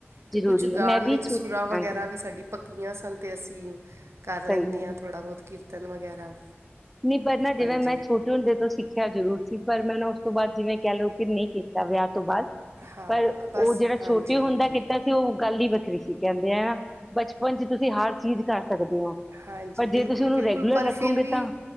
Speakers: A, on the right; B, in the centre.
A: ਤੇ
B: ਜ਼ਰੂਰੀ
A: ਕੁਛ ਗਾਣ
B: ਹੈ ਮੈਂ ਵੀ
A: ਵਿੱਚ
B: ਛੁ-
A: ਸੁਰਾਂ ਵਗੈਰਾ
B: ਹਾਂਜੀ
A: ਵੀ ਸਾਡੀ ਪੱਕੀਆਂ ਸਨ ਅਤੇ ਅਸੀਂ ਕਰ
B: ਸਹੀ
A: ਲੈਂਦੇ
B: ਗੱਲ
A: ਹਾਂ,
B: ਹੈ
A: ਥੋੜ੍ਹਾ ਬਹੁਤ ਕੀਰਤਨ ਵਗੈਰਾ।
B: ਨ ਪਰ ਨਾ ਜਿਵੇਂ
A: ਹਾਂਜੀ
B: ਮੈਂ ਛੋਟੀ ਝੁੰਡੇ ਤੋਂ ਸਿੱਖਿਆ ਜ਼ਰੂਰ ਸੀ ਪਰ ਮੈਂ ਨਾ ਉਸ ਤੋਂ ਬਾਅਦ ਜਿਵੇਂ ਕਹਿ ਲਓ ਕਿ ਨਹੀਂ ਕੀਤਾ ਵਿਆਹ ਤੋਂ ਬਾਅਦ।
A: ਹਾਂ
B: ਪਰ
A: ਬਸ
B: ਉਹ ਜਿਹੜਾ
A: ਹਾਂਜੀ
B: ਛੋਟੀ
A: ਛੋਟੇ
B: ਹੁੰਦਾ
A: ਹਾਂਜੀ
B: ਕਿੱਤਾ ਸੀ ਉਹ ਗੱਲ ਹੀ ਵੱਖਰੀ ਸੀ। ਕਹਿੰਦੇ ਆ ਬਚਪਨ ਚ ਤੁਸੀਂ ਹਰ ਚੀਜ਼ ਕਰ ਸਕਦੇ ਹੋ
A: ਹਾਂਜੀ
B: ਪਰ ਜੇ
A: ਬਿਲਕੁਲ
B: ਤੁਸੀਂ ਉਹਨੂੰ
A: ਬਿਲਕੁਲ
B: ਰੈਗੂਲਰ
A: ਪਰ
B: ਰੱਖੋਗੇ
A: ਫਿਰ ਵੀ
B: ਤਾਂ